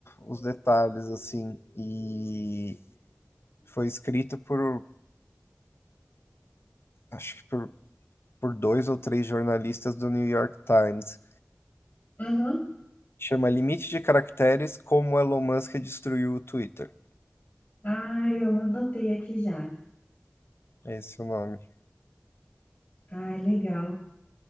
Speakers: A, on the left; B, on the left.
A: os detalhes, assim. E foi escrito por, acho que por, por dois ou três jornalistas do New York Times.
B: Aham.
A: Chama Limite de Caracteres: Como Elon Musk Destruiu o Twitter.
B: Ah, eu anotei aqui já.
A: É esse é o nome.
B: Ah, legal.